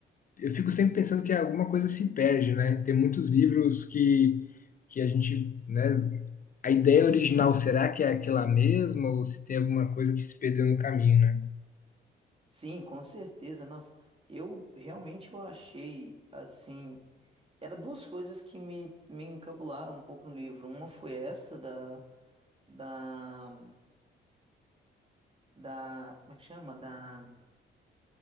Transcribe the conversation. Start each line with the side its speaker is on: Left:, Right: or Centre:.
Left: Eu fico sempre pensando que alguma coisa se perde, né? Tem muitos livros que, que a gente, né? A ideia original, será que é aquela mesma ou se tem alguma coisa que se perdeu no caminho, né?
Right: Sim, com certeza. Nossa, eu realmente eu achei assim. Era duas coisas que me, me encabularam um pouco no livro. Uma foi essa da, da, da, como é que chama? Da